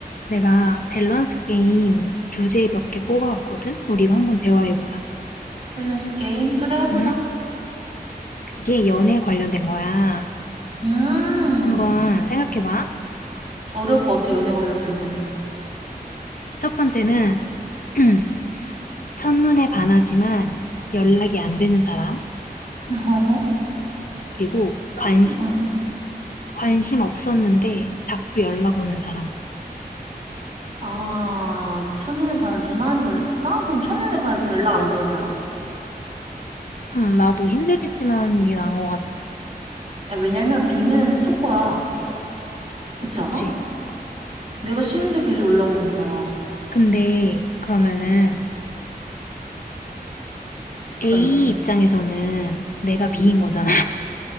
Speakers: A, on the left; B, on the right.
A: 내가 밸런스 게임 주제 몇 개 뽑아왔거든? 우리 이거 한번 대화해보자.
B: 밸런스 게임? 그래, 해보자.
A: 응? 이게 연애에 관련된 거야.
B: 음,
A: 한번 생각해봐.
B: 어려울 것 같아, 연애 관련된 거는.
A: 첫 번째는, <clears throat> 첫눈에 반하지만 연락이 안 되는 사람.
B: <laughs> 어?
A: 그리고
B: 첫눈에
A: 관심,
B: 반.
A: 관심 없었는데 자꾸 연락 오는 사람.
B: 아, 첫눈에 반하지만 연락. 나 그럼 첫눈에 반하지만 연락 안 되는 사람.
A: 응, 나도 힘들겠지만 이게 나은 것 같아.
B: 야, 왜냐면 B는 스토커야. 그렇지
A: 그치?
B: 않아? 내가 싫은데 계속 연락 오는 거잖아.
A: 근데, 그러면은,
B: 음, 그러면.
A: A 입장에서는 내가 B인
B: 음.
A: 거잖아.